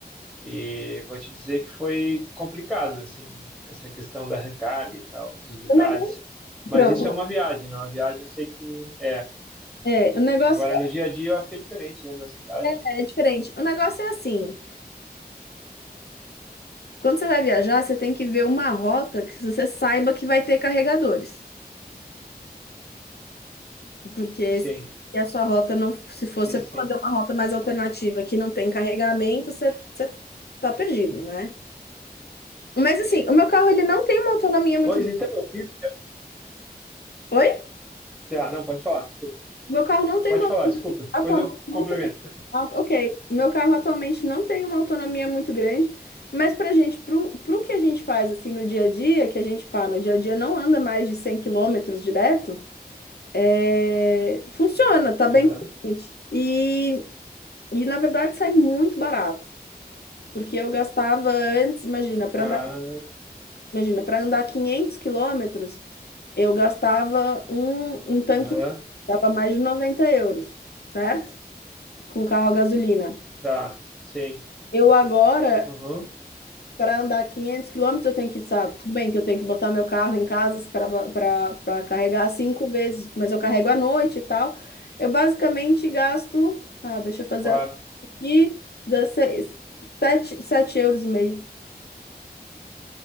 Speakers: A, in the centre; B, on the left.
A: E vou te dizer que foi complicado, assim, essa questão da recarga e tal, dos lugares.
B: O negócio,
A: Mas
B: pronto,
A: isso é uma viagem, não? Uma viagem eu sei que é.
B: é, o negócio
A: Agora, no dia a dia, eu acho que é diferente, né, na cidade.
B: é diferente. O negócio é assim, quando você vai viajar, você tem que ver uma rota que você saiba que vai ter carregadores. Porque
A: Sim,
B: se a sua rota não, se fosse
A: sim,
B: fazer
A: sim.
B: uma rota mais alternativa que não tem carregamento, você, você tá perdido, né? Mas assim, o meu carro ele não tem uma autonomia muito.
A: Pois então, eu fiz...
B: Oi?
A: Tá, não, pode falar, desculpa.
B: O meu carro não tem
A: Pode
B: uma
A: falar,
B: autonomia.
A: desculpa. Depois
B: Atualmente
A: eu
B: não
A: complemento.
B: tem. Ah, Ok, o meu carro atualmente não tem uma autonomia muito grande, mas pra gente, pro, pro que a gente faz assim no dia a dia, que a gente, pá, no dia a dia não anda mais de 100 quilômetros direto, é... funciona, tá bem
A: Aham,
B: pra gente. E, e na verdade sai muito barato. Porque eu gastava antes, imagina, para
A: ah,
B: andar, imagina, para andar 500 quilômetros, eu gastava um, um tanque,
A: aham,
B: inteiro, dava mais de 90 euros, certo? Com carro a gasolina.
A: tá, sim.
B: Eu agora,
A: Uhum,
B: para andar 500 quilômetros, eu tenho que, sabe, tudo bem que eu tenho que botar meu carro em casa para carregar cinco vezes, mas eu carrego à noite e tal. Eu basicamente gasto, ah, deixa eu fazer
A: claro.
B: aqui, dá seis, sete, sete euros e meio.